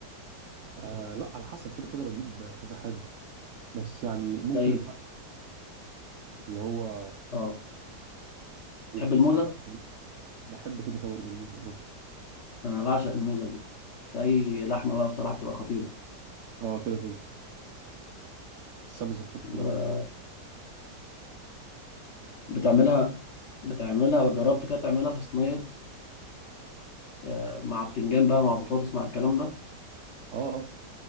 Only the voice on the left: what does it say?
زي
اه
بتحب الموزة
انا بعشق الموزة دي في اي لحمة بقى بصراحة بتبقى خطيرة
و...
بتعملها بتعملها جربت كده تعملها في صينية آه، مع بتنجان بقى مع بطاطس مع الكلام ده